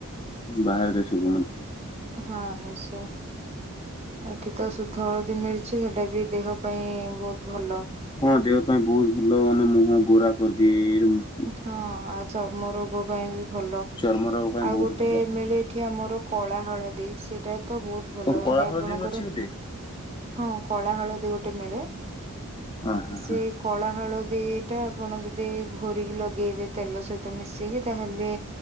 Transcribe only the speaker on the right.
ହଁ ନିଶ୍ଚୟ ଏଠି ତ ସୁଦ୍ଧା ହଳଦୀ ମିଳୁ ସେଟା ବି ଦେହ ପାଇଁ ବହୁତ ଭଲ।
ହଁ, ଆଉ ଚର୍ମ ରୋଗ ପାଇଁ ବି ଭଲ
ଆଉ
ଗୋଟେ
ମିଳେ ଏଠି ଆମର କଳା ହଳଦୀ ସେଟା ତ ବହୁତ ଭଲ
ମାନେ
ଆପଣଙ୍କର
ହଁ, କଳା ହଳଦୀ ଗୋଟେ ମିଳେ
ସେ
କଳା ହଳଦୀ ସେଟା ଆପଣ ଯଦି ଘୋରିକି ଲଗେଇବେ ତେଲ ସହିତ ମିଶେଇକି ତାହେଲେ